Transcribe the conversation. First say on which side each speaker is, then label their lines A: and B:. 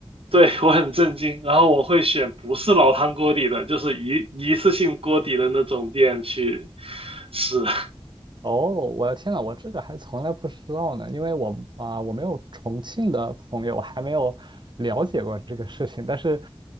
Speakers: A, on the right; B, on the right.
A: 对，我很震惊，然后我会选不是老汤锅底的，就是一一次性锅底的那种店去吃。<laughs>
B: 哦，我的天呐，我这个还从来不知道呢，因为我啊、我没有重庆的朋友，我还没有了解过这个事情，但是